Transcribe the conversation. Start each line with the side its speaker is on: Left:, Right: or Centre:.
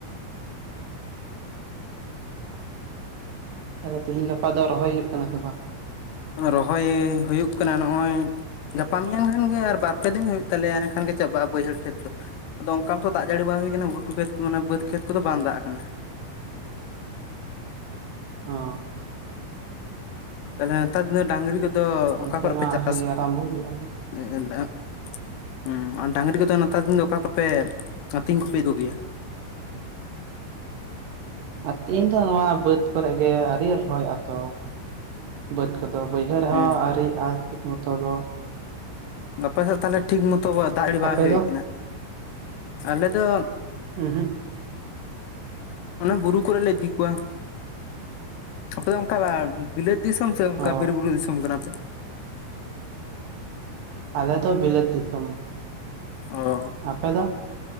Right: ᱟᱫᱚ ᱛᱮᱤᱦᱮᱧ ᱜᱟᱯᱟ ᱫᱚ ᱨᱚᱦᱚᱭ ᱦᱩᱭᱩᱜ ᱠᱟᱱᱟ ᱥᱮ ᱵᱟᱝ?
Left: ᱨᱚᱦᱚᱭ ᱦᱩᱭᱩᱜ ᱠᱟᱱᱟ ᱱᱚᱜᱼᱚᱭ, ᱜᱟᱯᱟ ᱢᱮᱭᱟᱝ ᱠᱷᱟᱱᱜᱮ ᱟᱨ ᱵᱟᱨ ᱯᱮ ᱫᱤᱱ ᱦᱩᱭᱩᱜ ᱛᱟᱞᱮᱭᱟ ᱮᱱᱠᱷᱟᱱ ᱜᱮ ᱪᱟᱵᱟᱜᱼᱟ ᱵᱟᱹᱭᱦᱟᱹᱲ ᱠᱷᱮᱛ ᱫᱚ᱾ ᱟᱫᱚ ᱚᱱᱠᱟ ᱢᱛᱚ ᱫᱟᱜᱽ ᱡᱟᱹᱲᱤ ᱵᱟᱝ ᱦᱩᱭ ᱟᱠᱟᱱᱟ ᱜᱷᱩᱴᱩ ᱠᱷᱮᱛ ᱠᱚ ᱚᱱᱟ ᱵᱟᱹᱫᱽ ᱠᱷᱮᱛ ᱠᱚᱫᱚ ᱵᱟᱝ ᱫᱟᱜᱽ ᱠᱟᱱᱟ᱾
Right: ᱦᱚᱸ
Left: ᱛᱟᱦᱞᱮ ᱱᱮᱛᱟᱨ ᱫᱤᱱ ᱫᱚ ᱰᱟᱹᱟᱝᱨᱤ ᱠᱚᱫᱚ
Right: ᱚᱱᱛᱮ
Left: ᱚᱠᱟ ᱠᱚᱨᱮ
Right: ᱢᱟ
Left: ᱯᱮ ᱪᱟᱥ
Right: ᱟᱹᱣᱨᱤ ᱟᱨᱟᱢᱵᱚ ᱦᱩᱭᱩᱜᱼᱟ
Left: <unintelligible> ᱚᱸ ᱟᱨ ᱰᱟᱝᱨᱤ ᱠᱚᱫᱚ ᱱᱮᱛᱟᱨ ᱫᱤᱱ ᱫᱚ ᱚᱠᱟ ᱠᱚᱯᱮ ᱟᱹᱛᱤᱧ ᱠᱚᱯᱮ ᱟᱹᱜᱩ ᱜᱮᱭᱟ?
Right: ᱟᱛᱤᱧ ᱫᱚ ᱱᱚᱣᱟ ᱵᱟᱹᱫᱽ ᱠᱚᱨᱮ ᱜᱮ ᱟᱹᱣᱨᱤ ᱨᱚᱦᱚᱭᱚᱜᱼᱟ ᱛᱚ᱾ ᱵᱟᱹᱫᱽ ᱠᱚᱫᱚ ᱵᱟᱹᱭᱦᱟᱹᱲ
Left: ᱦᱮᱸ
Right: ᱦᱚᱸ ᱟᱹᱭᱨᱤᱭᱟᱜᱼᱟ ᱴᱷᱤᱠ ᱢᱚᱛᱚ ᱫᱚ᱾
Left: ᱜᱟᱯᱟ ᱥᱮᱫ ᱛᱟᱦᱚᱞᱮ ᱴᱷᱤᱠ ᱢᱚᱛᱚ ᱫᱟᱜᱽ ᱡᱲᱤ ᱵᱟᱝ
Right: ᱟᱯᱮ
Left: ᱦᱩᱭ
Right: ᱫᱚ
Left: ᱠᱟᱱᱟ ᱟᱞᱮ ᱫᱚ,
Right: ᱩᱸ ᱦᱩᱸᱜ᱾
Left: ᱚᱱᱟ ᱵᱩᱨᱩ ᱠᱚᱨᱮ ᱞᱮ ᱤᱫᱤ ᱠᱚᱣᱟ ᱟᱯᱮ ᱫᱚ ᱚᱱᱠᱟᱞᱟᱵ, ᱵᱤᱞᱟᱹᱛ ᱫᱤᱥᱚᱢ ᱥᱮ ᱚᱱᱠᱟ
Right: ᱚ
Left: ᱵᱤᱨ ᱵᱩᱨᱩ ᱫᱤᱥᱚᱢ ᱠᱟᱱᱟᱯᱮ?
Right: ᱟᱞᱮ ᱫᱚ ᱵᱤᱞᱟᱹᱛ ᱫᱤᱥᱚᱢ᱾
Left: ᱚᱸ
Right: ᱟᱯᱮ ᱫᱚ?